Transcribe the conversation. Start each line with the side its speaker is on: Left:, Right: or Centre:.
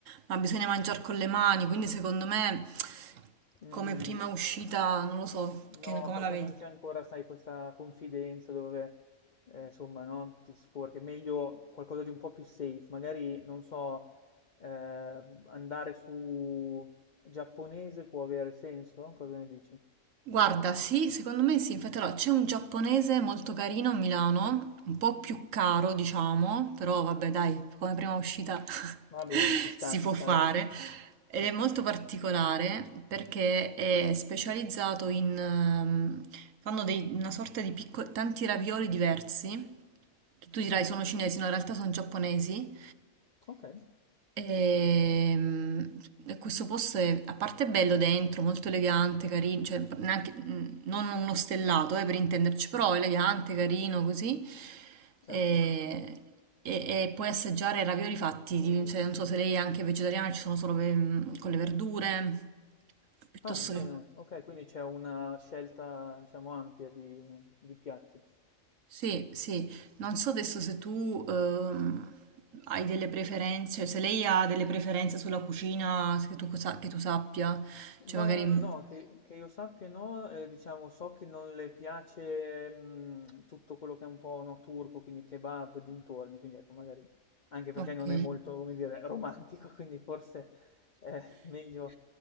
Right: ma bisogna mangiare con le mani, quindi secondo me,
Left: Mm.
Right: come prima uscita, non lo so,
Left: No,
Right: che, come
Left: perché
Right: la vedi?
Left: non c'è ancora, sai, questa confidenza dove, eh, insomma, no, ti sporchi. È meglio qualcosa di un po' più safe. Magari, non so, eh, andare su giapponese può avere senso? Cosa ne dici?
Right: Guarda, sì, secondo me sì, infatti allora, c'è un giapponese molto carino a Milano, un po' più caro diciamo, però vabbè dai, come prima uscita
Left: Va
Right: <laughs>
Left: bene, ci sta,
Right: si
Left: ci
Right: può
Left: sta,
Right: fare.
Left: dai.
Right: Ed
Left: <laughs>
Right: è molto particolare perché è specializzato in... ehm, fanno dei- una sorta di piccoli, tanti ravioli diversi, che tu dirai
Left: Ok,
Right: sono cinesi, no in realtà sono giapponesi,
Left: ok,
Right: Ehm, e questo posto è, a parte è bello dentro, molto elegante, carino, cioè neanche- mh, non uno stellato, eh, per intenderci, però elegante, carino, così.
Left: certo.
Right: E, e- e puoi assaggiare ravioli fatti, di- cioè, non so se lei è anche vegetariana, ci sono solo ve- con le verdure, piuttosto
Left: Ah, bene,
Right: che...
Left: ok, quindi c'è una scelta, diciamo, ampia di, di piatti.
Right: Sì, sì, non so adesso se tu ehm, hai delle preferenze, se lei ha delle preferenze sulla cucina che tu, sa- che tu sappia. Cioè,
Left: Ma
Right: magari. mm,
Left: no, che, che io sappia no, eh, diciamo so che non le piace mm, tutto quello che è un po' no, turco, quindi kebab, dintorni, quindi ecco magari anche perché
Right: Ok.
Left: non è molto, come dire, romantico, quindi forse è meglio,